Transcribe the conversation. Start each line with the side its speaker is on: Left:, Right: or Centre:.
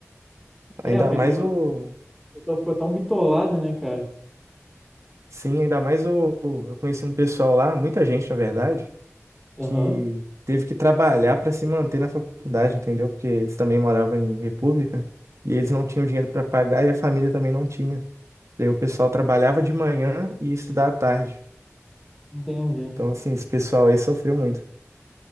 Centre: É,
Right: Ainda
Centre: a pessoa,
Right: mais o.
Centre: a pessoa ficou tão bitolada, né, cara?
Right: Sim, ainda mais o. Eu conheci um pessoal lá, muita gente, na verdade.
Centre: Aham,
Right: que teve que trabalhar para se manter na faculdade, entendeu? Porque eles também moravam em república e eles não tinham dinheiro para pagar e a família também não tinha. Daí o pessoal trabalhava de manhã e ia estudar à tarde.
Centre: entendi.
Right: Então, assim, esse pessoal aí sofreu muito.